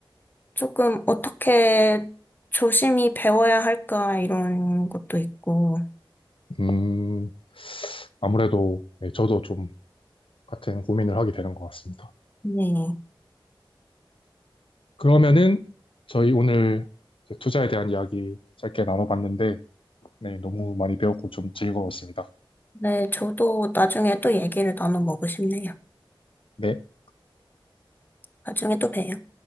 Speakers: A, on the left (about 20°); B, on the left (about 75°).
A: 조금 어떻게 조심히 배워야 할까 이런 것도 있고.
B: 음, 아무래도, 네, 저도 좀 같은 고민을 하게 되는 것 같습니다.
A: 네.
B: 그러면은 저희 오늘 이제 투자에 대한 이야기 짧게 나눠봤는데, 네, 너무 많이 배웠고 좀 즐거웠습니다.
A: 네, 저도 나중에 또 얘기를 나눠 먹고 싶네요.
B: 네.
A: 나중에 또 봬요.